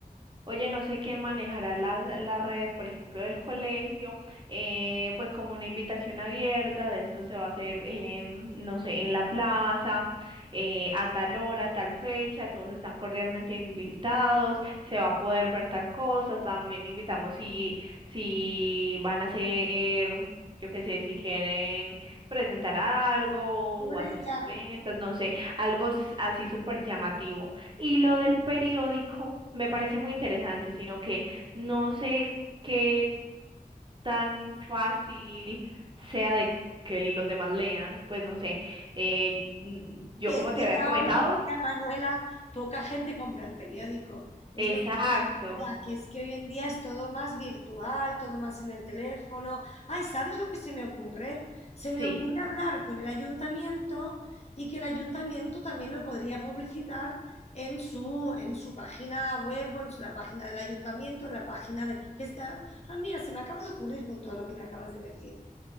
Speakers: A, on the right; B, on the left.
A: Oye, no sé quién manejará las, las redes, por ejemplo, del colegio, eh, pues como una invitación abierta, de esto se va a hacer, eh, no sé, en la plaza, eh, a tal hora, tal fecha, todos están cordialmente invitados, se va a poder ver tal cosa, también invitamos si, si van a hacer, yo qué sé, si quieren presentar algo
B: qué buena
A: o hacer
B: idea.
A: sus ventas, no sé, algo s- así súper llamativo. Y lo del periódico me parece muy interesante, sino que no sé qué tan fácil sea de que los demás lean, pues no sé. Eh, mm, yo
B: Sí, es
A: como
B: que
A: te había
B: ya
A: comentado,
B: hoy en día, Manuela, poca gente compra el periódico. Es
A: exacto,
B: lo que te decía, que es que hoy en día es todo más virtual, todo más en el teléfono. Ay, ¿sabes lo que se me ocurre? Se me
A: sí.
B: ocurre hablar con el ayuntamiento y que el ayuntamiento también lo podría publicitar en su, en su página web o en la página del ayuntamiento, en la página de... Que está... Ah, mira, se me acaba de ocurrir con todo lo que me acabas de decir.